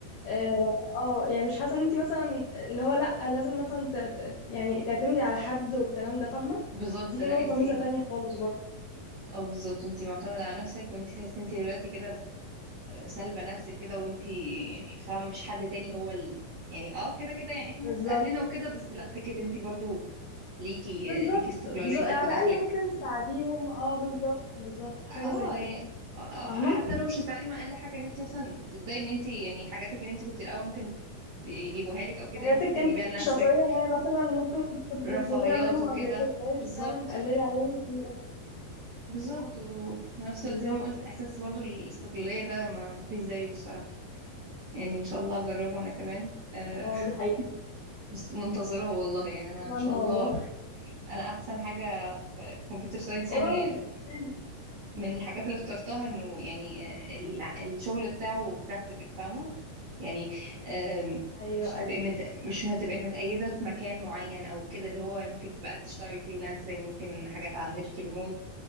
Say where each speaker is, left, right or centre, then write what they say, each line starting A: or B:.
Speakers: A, on the left; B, on the right.
A: اه آه، يعني مش حاسه ان انت مثلا اللي هو لا لازم مثلا ت... ت... يعني تعتمدي على حد والكلام ده فاهمه
B: بالظبط
A: دي
B: لا
A: نقطه
B: انت
A: ميزه تانية خالص برضه
B: اه بالظبط انت معتمدة على نفسك وانت تحسي انت دلوقتي كده سالبة نفسك كده وانت يعني فاهمة مش حد تاني هو ال... يعني اه كده كده يعني احنا
A: بالظبط
B: ناس اهلنا وكده بس لا فكرة انت برضو ليكي
A: بالظبط
B: ليكي استقلاليتك
A: بالظبط على
B: ودخلك
A: الاقل ممكن تساعديهم اه بالظبط بالظبط حاجه
B: اه
A: زي كده
B: يعني اه اه
A: فاهمه
B: حتى لو مش هتتعلمي اقل حاجة ان انت مثلا تبدأي ان انت يعني حاجاتك اللي انت كنت الاول ممكن يجيبوها لك او كده
A: حاجاتك
B: انت ممكن
A: انت
B: تجيبيها لنفسك
A: الشخصيه اللي هي مثلا ممكن كنت
B: رفاهيات
A: تطلبيها منهم
B: وكده
A: قبل كده بقيت
B: بالظبط
A: فعلا تقللي عليهم في الموضوع
B: بالظبط
A: بالظبط
B: وفي نفس
A: بالظبط
B: الوقت زي ما قلت احساس برضو الاستقلالية ده ما ما فيش زيه الصراحة يعني ان شاء الله اجربه انا كمان آه،
A: اه دي حقيقة
B: <laughs> مست- منتظراه والله يعني انا
A: اتمنى
B: ان شاء الله
A: والله
B: انا احسن حاجه في كمبيوتر ساينس
A: <laughs> قريب
B: يعني
A: يعني
B: من الحاجات اللي اخترتها انه يعني آه، الع- الشغل بتاعه براكتيكال فاهمه يعني آم،
A: ايوه
B: مش
A: ايوه
B: تبقي مت... مش هتبقي متقيده في مكان معين او كده اللي هو يمكن تبقى تشتغلي فريلانسنج يمكن حاجات على النت ريموت